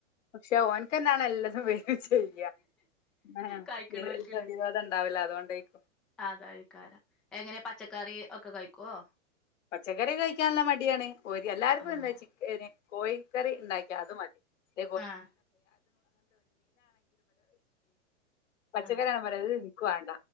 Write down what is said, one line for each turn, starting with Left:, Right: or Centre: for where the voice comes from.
Left: പക്ഷെ ഓനക്ക്ന്താണ് എല്ലതും വരും ചെയ്യ ത്
Centre: കഴിക്കണോൽക്ക്‌ല്ലേ
Left: ണ്ടാവില്ല അതുകൊണ്ടേരിക്കും
Centre: അതായിക്കാരം എങ്ങനെയ പച്ചക്കറി ഒക്കെ കഴിക്കുവോ
Left: പച്ചക്കറി കഴിക്കാനല്ല മടിയാണ് എല്ലാർക്കും
Centre: ആഹ്
Left: എന്ത ചിക്കന് കോഴിക്കറി ഉണ്ടാക്കി അത് മതി <unintelligible>
Centre: ആഹ്
Left: പച്ചക്കറിയാണ്
Centre: ആഹ്
Left: പറയത് വേണ്ട